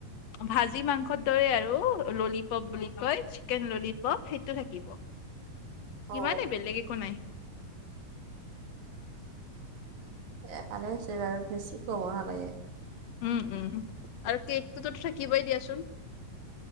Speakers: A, on the left; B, on the right.
A: ভাজি মাংসত তই আৰু ললিপপ বুলি কয় চিকেন ললিপপ সেইটো থাকিব
B: অ
A: ইমানেই বেলেগ একো নাই
B: এ ভালে হৈছে বাৰু বেছি ক'বও নালাগে
A: উম উম আৰু কেকটো ত থাকিব দিয়াচোন